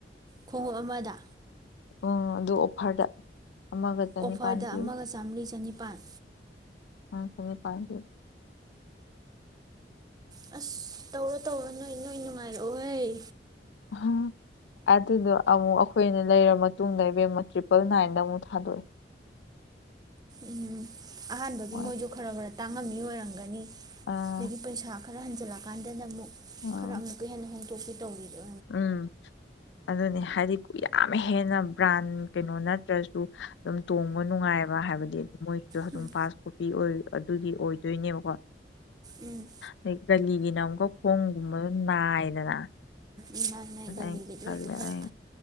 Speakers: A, on the right; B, on the left.
A: ꯈꯣꯡꯎꯞ ꯑꯃꯗ
B: ꯎ ꯑꯗꯨ ꯑꯣꯐꯔꯗ ꯑꯃꯒ ꯆꯅꯤꯄꯥꯜ
A: ꯑꯣꯐꯔꯗ
B: ꯄꯤꯌꯦ
A: ꯑꯃꯒ ꯆꯥꯝꯃꯔꯤ ꯆꯅꯤꯄꯥꯟ
B: ꯎꯝ ꯆ ꯄꯥꯏꯒꯦ
A: ꯑꯁ ꯇꯧꯔꯣ ꯇꯧꯔꯣ ꯅꯣꯏ ꯅꯣꯏ ꯅꯨꯡꯉꯥꯏꯔꯛꯑꯣꯍꯣꯏ
B: ꯍꯥ ꯑꯗꯨꯗꯣ ꯑꯃꯨꯛ ꯑꯩꯈꯣꯏꯅ ꯂꯩꯔꯕ ꯃꯇꯨꯡꯗ ꯏꯕꯦꯝꯃ ꯇ꯭ꯔꯤꯄꯜ ꯅꯥꯏꯟꯗ ꯑꯃꯨꯛ ꯊꯥꯗꯣꯛꯏꯦ
A: ꯎꯝ ꯑꯍꯥꯟꯕꯒꯤ
B: ꯃꯣꯏ
A: ꯃꯣꯏꯁꯨ ꯈꯔ ꯈꯔ ꯇꯥꯡꯉꯝꯃꯤ ꯑꯣꯏꯔꯝꯒꯅꯤ
B: ꯑꯥ
A: ꯑꯗꯒꯤ ꯄꯩꯁꯥ ꯈꯔ ꯍꯟꯖꯤꯜꯂꯛꯀꯥꯟꯗꯅ ꯑꯃꯨꯛ
B: ꯑꯥ
A: ꯈꯔ ꯑꯃꯨꯛꯀ ꯍꯦꯟꯅ ꯍꯣꯡꯗꯣꯛꯄꯤ ꯇꯧꯔꯤꯗ
B: ꯎꯝ ꯑꯗꯨꯅꯤ ꯍꯥꯏꯗꯤ ꯌꯥꯝ ꯍꯦꯟꯅ ꯕ꯭ꯔꯥꯟ ꯀꯩꯅꯣ ꯅꯠꯇ꯭ꯔꯁꯨ ꯑꯗꯨꯝ ꯇꯣꯡꯕ ꯅꯨꯡꯉꯥꯏꯕ ꯍꯥꯏꯕꯗꯤ ꯃꯣꯏꯒꯤꯗꯣ ꯑꯗꯨꯝ
A: ꯎꯝ
B: ꯄꯥꯁ ꯀꯣꯄꯤ ꯑꯗꯨꯒꯤ ꯑꯣꯏꯗꯣꯏꯅꯦꯕꯀꯣ
A: ꯎꯝ
B: ꯑꯗꯩ ꯗꯂꯤꯒꯤꯅ ꯑꯃꯨꯛꯀ ꯈꯣꯡꯒꯨꯝꯕ ꯅꯥꯏꯗꯅ
A: ꯎ ꯅ ꯅ
B: ꯑꯗ
A: ꯔꯃꯤ
B: ꯑꯩ ꯈꯜꯂꯦ
A: ꯀꯗꯤ ꯐꯔꯛ
B: ꯑꯩ